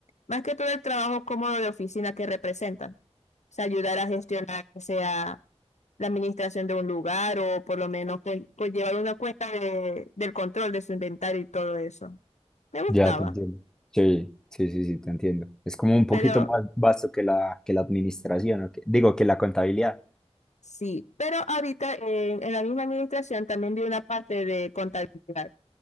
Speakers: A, on the left; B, in the centre.
A: más que todo el trabajo cómodo de oficina que representan. O sea, ayudar a gestionar, o sea la administración de un lugar o por lo menos pues, pues, llevar una cuenta de, del control de su inventario y todo eso. Me gustaba,
B: ya te entiendo. Sí, sí, sí, sí, te entiendo. Es como un poquito
A: pero
B: más vasto que la, que la administración, ¿o qué? Digo, que la contabilidad.
A: sí, pero ahorita eh, en la misma administración también vi una parte de contabilidad.